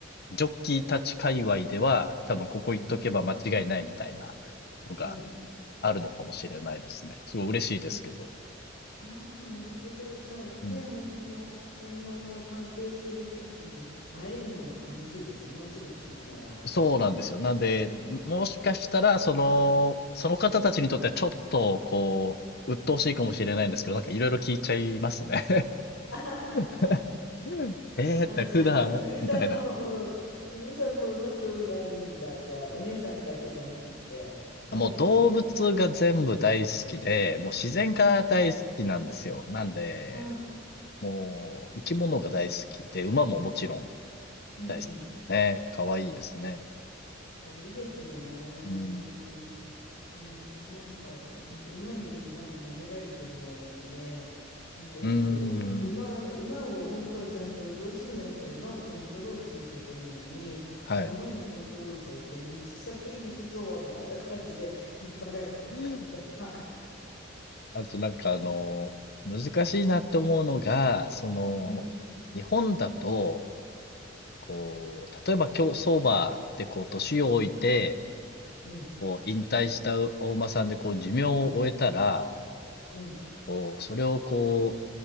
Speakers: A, on the left (about 55°); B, on the left (about 80°).
A: ジョッキーたち界隈では、多分ここ行っとけば間違いないみたいな
B: うん、
A: のが
B: うん。
A: あるのかもしれないですね。すごい嬉しいですけど。
B: ああ、なるほど。じゃあね、
A: うん。
B: 本当の、うん、ま、ああの、関係している人とかに会えるのも楽しいですね、お仕事しながら。
A: そうなんですよ。なんで、
B: うん。
A: もしかしたら、その、その方たちにとってはちょっと、こう、鬱陶しいかもしれないんですけど、なんかいろいろ聞いちゃいますね。
B: <laughs> あははは
A: <laughs> えーって普段、
B: あ、じゃあ、すぐるさんも、
A: みたいな。
B: うん、すぐるさんも馬興味あるんだ。じゃあ、お姉さんだけじゃなくって。ね
A: もう動物が全部大好きで、もう自然が大好きなんですよ。
B: え。うん。
A: なんで、
B: はい。
A: もう生き物が大好きで、馬ももちろん
B: うんうん。
A: 大好きですね。可愛いですね。
B: 可愛いですね。
A: うん。
B: うーん。ね、私なんか、本当馬にでもまだ舐められてる方なので、なんかよく馬、
A: うーん。
B: 馬を本当はちゃんと上手になったら馬をコントロールしなきゃいけないのに、
A: はい。
B: 馬にコントロールされて、道草食いに行くぞみたいな感じで引っ張られてます。
A: <laughs>
B: <laughs> は
A: あとなんかあの、難しいなって思うのが、その、
B: い。うん、
A: 日本だと、こう、例えば競走馬でこう、年を置いて、
B: うん、
A: こう、引退したお馬さんでこう、寿命を終えたら、
B: うん。
A: こう、それをこ